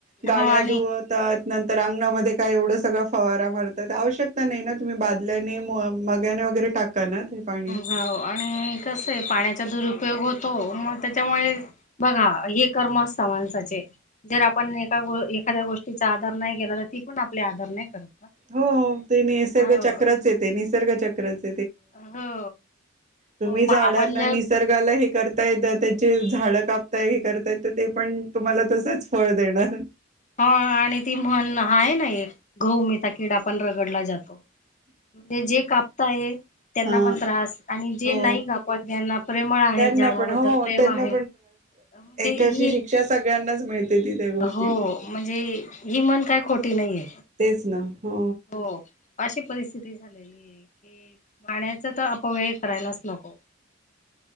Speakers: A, on the right; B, on the left.
A: गाड्या
B: हो आणि
A: धुवत नर अंगणामध्ये काय एवढं सगळ फवारा मारतात आवशक नाही ना तुमही ल्या मगाने वगैरे टाका ना पाणी
B: हो आणि कसं आहे पाण्याचा दुरुपयोग होतो मग त्याच्यामुळे बघा हे कर्म असत माणसाचे जर आपण एका ग एखाद्या गोष्टीचा आदर नाही केला तर ती पण आपले आदर नाही करत.
A: हो ते निसर्ग
B: हो
A: चक्रच येते निसर्ग चक्रच.
B: हो
A: तुम्ही
B: हो
A: झाडा
B: मग आपण
A: ना
B: जर
A: निस निसर्गाला हे करतायेत त्याचे झाडं कापताय हे करतायत तर ते पण तुम्हाला तसच फळ देणार.
B: हा आणि ती म्हण हा आहे ना एक गहु मिचा किडा पण रगडला जातो. म्हणजे जे कापताय त्यांना
A: हा
B: पण त्रास आणि जे
A: हो
B: नाही कापत यांना प्रेमळ आहेत
A: त्यांना
B: झाडाबद्दल
A: पण हो
B: प्रेम
A: त्यांना
B: आहे म्हणजे
A: एकाची
B: ही
A: शिक्षा सगळ्यांनाच मिळते. ती त्या गोष्टीची
B: हो म्हणजे ही मन काय खोटी नाहीये.
A: तेच ना हो.
B: हो अशी परिस्थिती झालेली आहे की पाण्याच तर अपव्यय करायलाच नको.